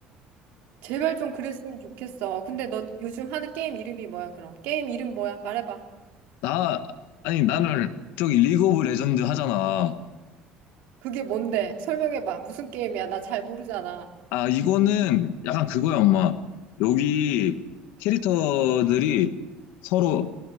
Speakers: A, on the right; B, on the left.
A: 제발 좀 그랬으면 좋겠어. 근데 너 요즘 하는 게임 이름이 뭐야, 그럼? 게임 이름 뭐야? 말해봐.
B: 나 아니 나는 저기 리그 오브 레전드 하잖아.
A: 그게 뭔데? 설명해봐. 무슨 게임이야? 나 잘 모르잖아.
B: 아 이거는 약간 그거야 엄마. 여기 캐릭터들이 서로